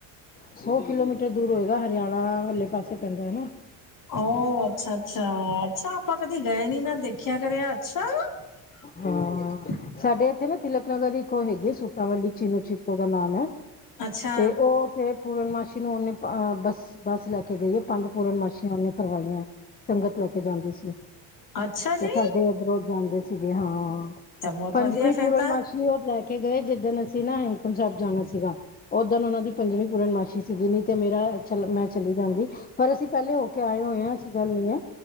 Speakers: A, on the left; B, on the left.
A: ਸੌ ਕਿਲੋਮੀਟਰ ਦੂਰ ਹੋਏਗਾ, ਹਰਿਆਣਾ ਵੱਲੇ ਪਾਸੇ ਪੈਂਦਾ ਐ ਨਾ।
B: ਉਹ ਅੱਛਾ, ਅੱਛਾ, ਅੱਛਾ ਆਪਾਂ ਕਦੀ ਗਏ ਨੀ ਨਾ, ਦੇਖਿਆ ਕਰਿਆ ਅੱਛਾ। <inaudible>
A: ਹਾਂ ਸਾਡੇ ਇੱਥੇ ਨਾ ਤਿਲਕ ਨਗਰ ਇੱਕ ਉਹ ਹੈਗੀ ਸੂਟਾ ਵਾਲੀ ਚਿਨੂ ਚੀਕ ਓਦਾ ਨਾਮ ਆ।
B: ਅੱਛਾ
A: ਤੇ ਉਹ ਤੇ ਪੂਰਨਮਾਸ਼ੀ ਨੂੰ ਉਹਨੇ ਬੱਸ-ਬੱਸ ਲੈ ਕੇ ਗਈ ਐ, ਪੰਜ ਪੂਰਨਮਾਸ਼ੀਆਂ ਉਹਨੇ ਕਰਵਾਈਆਂ। ਸੰਗਤ ਲੈ ਕੇ ਜਾਂਦੀ ਸੀ।
B: ਅੱਛਾ
A: ਤੇ
B: ਜੀ
A: ਸਾਡੇ ਇੱਧਰੋਂ ਜਾਂਦੇ ਸੀਗੇ, ਹਾਂ
B: ਤਾਂ ਬਹੁਤ
A: ਪੰਜਵੀਂ
B: ਵਧੀਆ ਫੇਰ
A: ਪੂਰਨਮਾਸ਼ੀ
B: ਤਾਂ
A: ਉਹ ਲੈ ਕੇ ਕੇ ਗਏ ਜਿੱਦਣ ਅਸੀਂ ਨਾ ਹੇਮਕੁੰਟ ਸਾਹਿਬ ਜਾਣਾ ਸੀਗਾ। ਓਦਣ ਉਹਨਾਂ ਦੀ ਪੰਜਵੀ ਪੂਰਨਮਾਸ਼ੀ ਸੀਗੀ, ਨੀ ਤੇ ਮੇਰਾ ਚਲ ਮੈਂ ਚਲੀ ਜਾਂਦੀ। ਪਰ ਅਸੀਂ ਪਹਿਲੇ ਹੋ ਕੇ ਆਏ ਹੋਏ ਆਂ, ਐਸੀ ਗੱਲ ਨਹੀਂ ਹੈ